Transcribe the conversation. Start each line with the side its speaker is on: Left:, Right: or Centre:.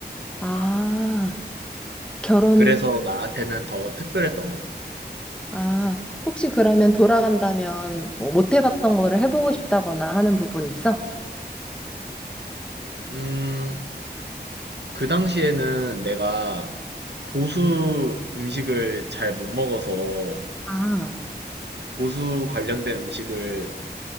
Centre: 아, 결혼,
Right: 그래서 나한테는 더 특별했던 것 같아.
Centre: 아, 혹시 그러면 돌아간다면 뭐 못 해봤던 거를 해보고 싶다거나 하는 부분 있어?
Right: 음, 그 당시에는 내가 고수 음식을 잘 못 먹어서
Centre: 아,
Right: 고수 관련된 음식을